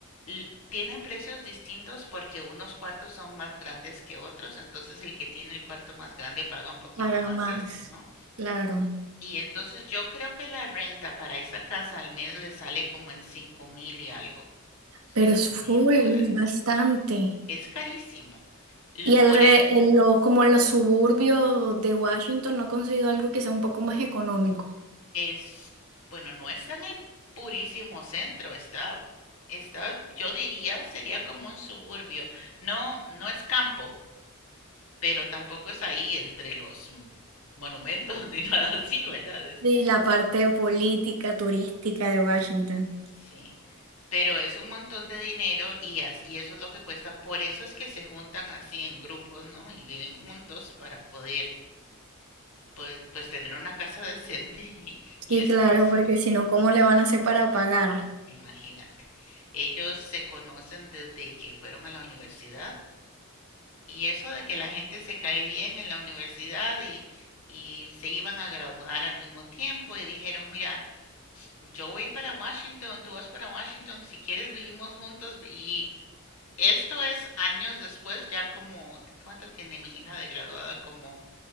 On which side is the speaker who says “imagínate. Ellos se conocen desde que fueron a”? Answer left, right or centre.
Left